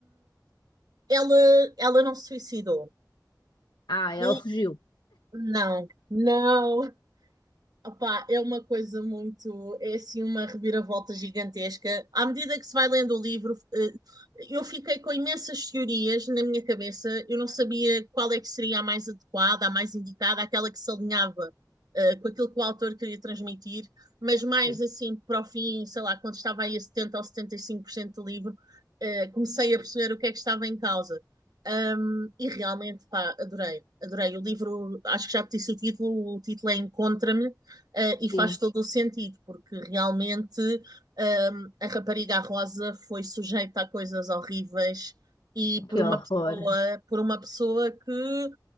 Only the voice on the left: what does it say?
Ah, ela
fugiu.
Sim,
sim,
que
horror.